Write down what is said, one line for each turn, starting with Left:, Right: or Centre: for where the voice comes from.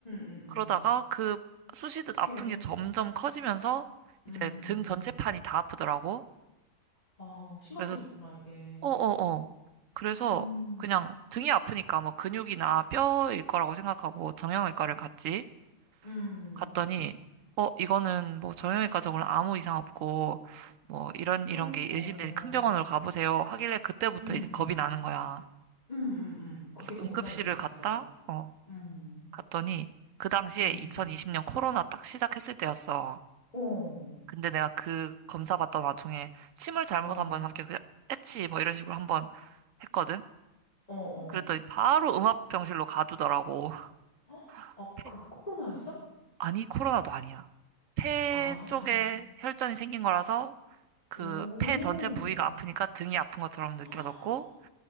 Left: 음.
Right: 그러다가 그 쑤시듯
Left: 어떡해.
Right: 아픈 게 점점 커지면서,
Left: 음,
Right: 이제 등
Left: 음.
Right: 전체판이 다 아프더라고.
Left: 아, 심각해졌구나,
Right: 그래서,
Left: 이게.
Right: 어어어. 그래서
Left: 음,
Right: 그냥 등이 아프니까 뭐 근육이나 뼈일 거라고 생각하고 정형외과를 갔지.
Left: 음.
Right: 갔더니 어 이거는 뭐 정형외과 적으로 아무 이상 없고 뭐 이런 이런
Left: 또?
Right: 게
Left: 어,
Right: 의심되니 큰 병원으로 가보세요 하길래 그때부터
Left: 음,
Right: 이제 겁이 나는 거야.
Left: 음, 음, 음. 그게
Right: 그래서
Left: 더
Right: 응급실을
Left: 겁나겠다, 진짜.
Right: 갔다 어
Left: 음,
Right: 갔더니 그 당시에
Left: 음,
Right: 2020년 코로나 딱 시작했을 때였어.
Left: 어,
Right: 근데 내가 그 검사 받던 와중에 침을 잘못
Left: 어,
Right: 한번 삼켜 그냥 애치 뭐 이런 식으로 한 번 했거든.
Left: 어, 어.
Right: 그랬더니 바로 음압병실로 가두더라고.
Left: 헉?
Right: <laughs>
Left: 아,
Right: 폐-
Left: 그게 코로나였어?
Right: 아니 코로나도 아니야. 폐
Left: 아,
Right: 쪽에
Left: 다른.
Right: 혈전이 생긴 거라서 그
Left: 오,
Right: 폐 전체 부위가 아프니까 등이 아픈 것처럼 느껴졌고
Left: 헉,